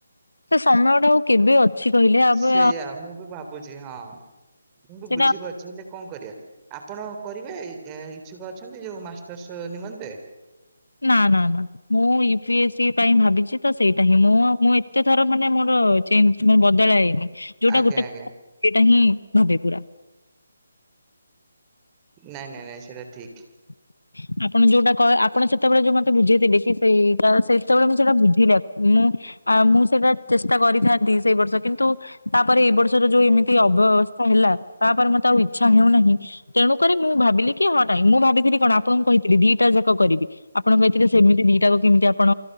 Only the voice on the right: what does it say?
ସେଇଆା ମୁଁ ବି ଭାବୁଛି ହଁ। ତମକୁ
ବୁଝିପାରୁଛି ହେଲେ କଣ କରିବା। ଆପଣ କରିବେ ଇଚଛୁକ ଅଛନ୍ତି ଯୋଉ ମାଷ୍ଟର୍ସ ନିମନ୍ତେ।
ଆଜ୍ଞା
ଆଜ୍ଞା
ନାଇଁ ନାଇଁ ନାଇଁ ସେଟା ଠିକ।